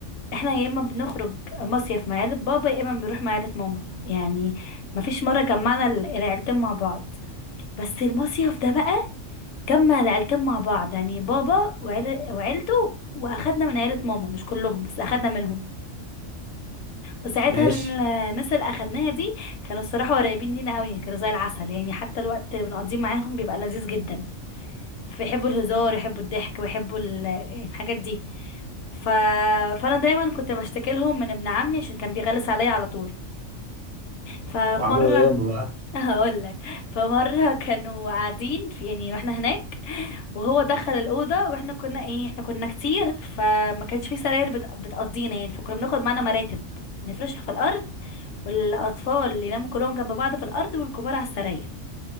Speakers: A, on the left (about 70°); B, on the right (about 60°).
A: احنا يا اما بنخرج مصيف مع عيلة بابا يا اما بنروح مع عيلة ماما يعني مفيش مرة جمعنا ال- العيلتين مع بعض بس المصيف ده بقى جمع العيلتين مع بعض يعني بابا وعيلة وعيلته واخدنا من عيلة ماما مش كلهم بس اخدنا منهم وساعتها
B: ماشي
A: ال- الناس اللي اخدناها دي كانوا الصراحة قريبين لينا قوي كانوا زي العسل يعني حتى الوقت اللي بنقضيه معاهم بيبقى لذيذ جدا فيحبوا الهزار يحبوا الضحك ويحبوا ال- الحاجات دي ف... فانا دايما كنت بشتكي لهم من ابن عمي عشان كان بيغلس عليا على طول ففي
B: وعملوا
A: مره
B: ايه هم بقى
A: هقول لك فمره كانوا قاعدين في يعني واحنا هناك وهو دخل الاوضه واحنا كنا ايه احنا كنا كتير فما كانش في سراير بت... بتقضينا يعني فكنا بناخد معانا مراتب نفرشها في الارض والاطفال يناموا كلهم جنب بعض في الارض والكبار على السراير